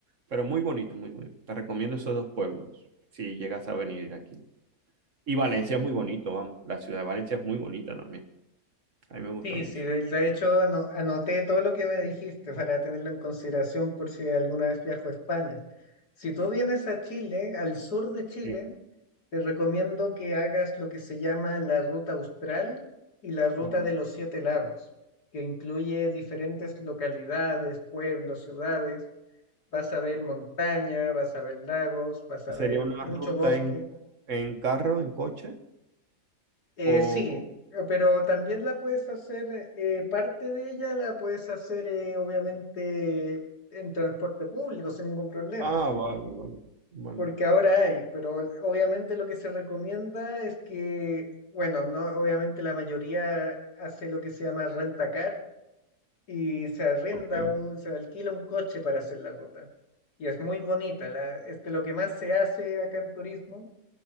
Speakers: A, on the right (about 50°); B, on the left (about 80°).
A: pero muy bonito, muy bonito. Te recomiendo esos dos pueblos si llegas a venir aquí. Y Valencia es muy bonito, vamos. La ciudad de Valencia es muy bonita también. A mí me gusta
B: Sí,
A: mucho.
B: sí, de de hecho ano- anoté todo lo que me dijiste para tenerlo en consideración por si alguna vez viajo a España. Si tú vienes a Chile, al sur de Chile,
A: Sí,
B: te recomiendo que hagas lo que se llama la ruta austral y la ruta
A: vale.
B: de los siete lagos, que incluye diferentes localidades, pueblos, ciudades. Vas a ver montaña, vas a ver lagos, vas a
A: ¿Y sería
B: ver
A: una
B: mucho
A: ruta
B: bosque.
A: en, en carro, en coche?
B: Eh,
A: O...
B: sí, eh, pero también la puedes hacer, eh, eh, parte de ella la puedes hacer eh, obviamente en transporte público sin ningún problema,
A: Ah, vale, vale, vale.
B: porque ahora hay, pero obviamente lo que se recomienda es que, bueno, no, obviamente la mayoría hace lo que se llama rentacar y se arrenda
A: Ok.
B: un, se alquila un coche para hacer la ruta. Y es muy bonita, la, este, lo que más se hace acá en turismo